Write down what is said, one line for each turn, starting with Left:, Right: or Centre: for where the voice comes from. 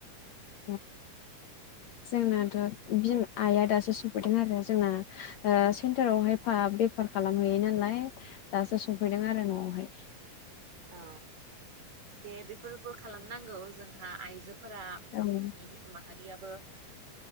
Left: <unintelligible>
Right: <inaudible>
Left: जोंनाथ' बिमा आइआ दासो सफैदों आरो जोंना ओ सेन्टारावहाय फा बे बेफार खालामहैयो नालाय दासो सफैदों आरो न'आवहाय।
Right: औ दे बेफोरबो खालामनांगौ जोंहा आइजो फोरा
Left: औ
Right: माने बिमा माहारियाबो